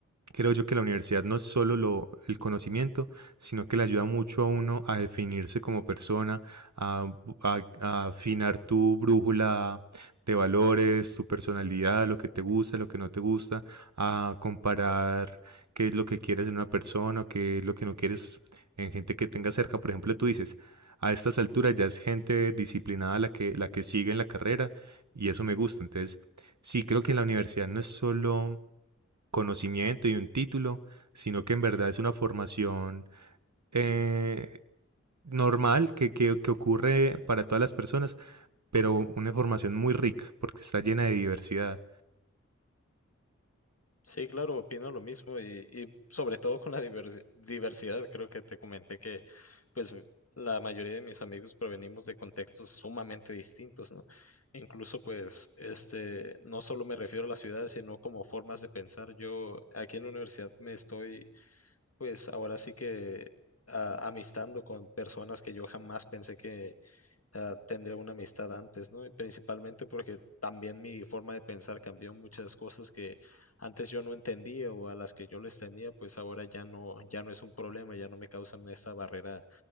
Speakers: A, on the right (about 70°); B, on the left (about 55°).
A: Creo yo que la universidad no es solo lo, el conocimiento, sino que le ayuda mucho a uno a definirse como persona, a, bu- a- a afinar tu brújula de valores, tu personalidad, lo que te gusta, lo que no te gusta, a comparar qué es lo que quieres en una persona, qué es lo que no quieres en gente que tengas cerca. Por ejemplo, tú dices, a estas alturas ya es gente disciplinada la que, la que sigue en la carrera y eso me gusta. Entonces, sí, creo que la universidad no es solo conocimiento y un título, sino que en verdad es una formación eh, normal que, que, que ocurre para todas las personas, pero una formación muy rica porque está llena de diversidad.
B: Sí, claro, opino lo mismo y, y sobre todo con la diversi- diversidad. Creo que te comenté que pues la mayoría de mis amigos provenimos de contextos sumamente distintos, ¿no? Incluso pues este, no solo me refiero a la ciudad, sino como formas de pensar. Yo aquí en la universidad me estoy pues ahora sí que ah, amistando con personas que yo jamás pensé que ah, tendría una amistad antes, ¿no? Y principalmente porque también mi forma de pensar cambió muchas cosas que antes yo no entendía o a las que yo les temía, pues ahora ya no, ya no es un problema, ya no me causan esta barrera,